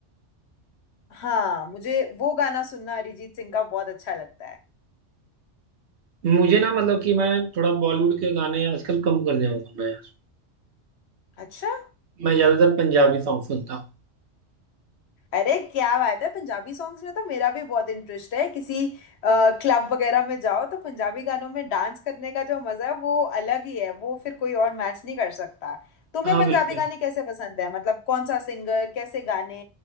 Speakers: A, on the left; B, on the right.
A: हाँ मुझे वो गाना सुनना अरिजीत सिंह का बहुत अच्छा लगता है
B: मुझे ना मतलब कि मैं थोड़ा बॉलीवुड के गाने आजकल कम कर दिया हूँ सुनना यार
A: अच्छा
B: मैं ज्यादातर पंजाबी सॉन्ग सुनता हूँ
A: अरे क्या बात है पंजाबी सॉन्ग्स में तो मेरा भी बहुत इंटरेस्ट है किसी क्लब वगैरह में जाओ तो पंजाबी गानों में डांस करने का जो मजा है वो अलग ही है वो फिर कोई और मैच नहीं कर सकता तुम्हें
B: हाँ
A: पंजाबी
B: बिल्कुल
A: गाने कैसे पसंद है मतलब कौन सा सिंगर कैसे गाने